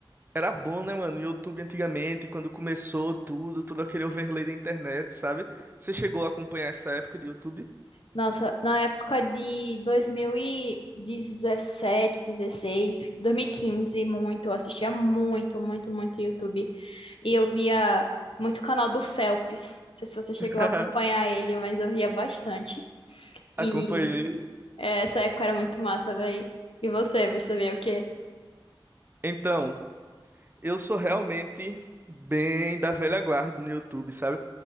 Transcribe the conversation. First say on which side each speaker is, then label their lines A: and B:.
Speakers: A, on the right (about 25°); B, on the left (about 75°).
A: era bom, né, mano? O YouTube antigamente, quando começou tudo, todo aquele overlay da internet, sabe? Você chegou a acompanhar essa época de YouTube?
B: Nossa, na época de 2017, 16, 2015, muito, eu assistia muito, muito, muito YouTube. E eu via muito canal do Phelps. Não sei se você chegou
A: <laughs>
B: a acompanhar ele, mas eu via bastante. E
A: Acompanhei.
B: é, essa época era muito massa, velho. E você, você via o quê?
A: Então. Eu sou realmente bem da velha guarda no YouTube, sabe?